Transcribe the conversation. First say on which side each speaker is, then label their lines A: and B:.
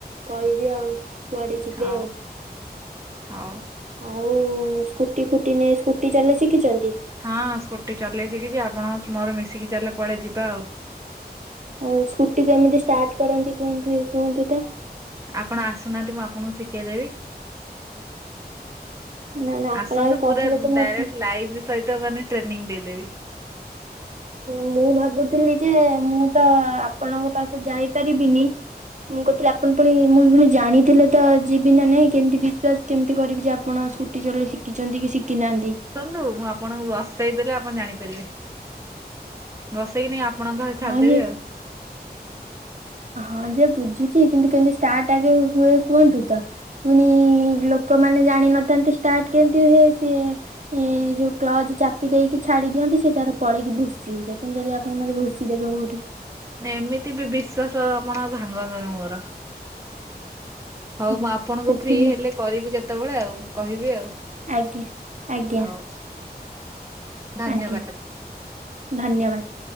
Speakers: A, on the right (about 45°); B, on the right (about 15°).
A: କହିବି ଆଉ କୁଆଡେ ଯିବେ
B: ହଉ
A: ଆଉ।
B: ହଉ।
A: ଆଉ ସ୍କୁଟି ଫୁଟି ନେଇ ସ୍କୁଟି ଚଲେଇ ଶିଖିଛନ୍ତି।
B: ହଁ ସ୍କୁଟି ଚଲେଇ ଶିକିିଛି ଆପଣ ମୋର ମିଶିକି ଚାଲ କୁଆଡେ ଯିବା ଆଉ।
A: ଆଉ ସ୍କୁଟି କେମିତି ଷ୍ଟାର୍ଟ କରନ୍ତି କୁହନ୍ତି କୁହନ୍ତି ତ।
B: ଆପଣ ଆସୁନାହାନ୍ତି ମୁଁ ଆପଣଙ୍କୁ ଶିଖେଇ ଦେବି।
A: ନା ନା ଆପଣ
B: ଆସନ୍ତୁ
A: ଆଗେ କହିଲେ
B: ପୁରା
A: ତ ମୁଁ
B: ଡାଇରେକ୍ଟ ଲାଇଭ୍ ସହିତ ମାନେ ଟ୍ରେନିଂ ଦେଇଦେବି।
A: ମୁଁ ଭାବୁଥିଲି ଯେ ମୁଁ ତ ଆପଣଙ୍କ ପାଖକୁ ଯାଇପାରିବିନି ମୁଁ କହୁଥିଲି ଆପଣ ପୁଣି ମୁଁ ପୁଣି ଜାଣିଥିଲେ ତ ଯିବି ନା ନାଇଁ କେମିତି ବିଶ୍ଵାସ କେମିତି କରିବି ଯେ ଆପଣ ସ୍କୁଟ୍ ଟି ଚଲେଇ ଶିଖିଛନ୍ତି କି ଶିଖିନାହାନ୍ତି।
B: କୁନ୍ତୁ ମୁଁ ଆପଣଙ୍କୁ ବସାଇ ଦେଲେ ଆପଣ ଜାଣିପାରିବେ। ବସେଇକିନି ଆପଣଙ୍କ ଘରେ
A: ହଁ
B: ଛାଡି ଦେବି
A: ଯେ
B: ଆଉ।
A: ହଁ ଯେ ବୁଝୁଛି କିନ୍ତୁ କେମିତି ଷ୍ଟାର୍ଟ ଆଗେ ହୁଏ କୁହନ୍ତୁ ତ। ପୁଣି ଲୋକମାନେ ଜାଣିନଥାନ୍ତେ ଷ୍ଟାର୍ଟ କେମତି ହୁଏ ସିଏ ଏ ଯୋଉ କ୍ଲଜ ଚାପି ଦେଇକି ଛାଡି ଦିଅନ୍ତି ସେ ତାର ପଳେଇକି ଭୁସି ହେଇଯାଏ କିନ୍ତୁ ଯଦି ଆପ୍ ମତେ ଭୁସି ଦେବେ କୋଉଠି।
B: ଏମିତି ବି ବିଶ୍ଵାସ ଆଉ ଆପଣ ଆଉ ଭାଙ୍ଗନ୍ତୁନି ମୋର। ହଉ
A: ସେ
B: ମୁଁ ଆପଣଙ୍କୁ
A: ସେଥିଲାଗି
B: ଫ୍ରି ହେଲେ କରିବି କେତେବେଳେ ଆଉ କହିବି ଆଉ।
A: ଆଜ୍ଞା ଆଜ୍ଞା।
B: ହଉ ଧନ୍ୟବାଦ।
A: ଆଜ୍ଞା ଧନ୍ୟବାଦ।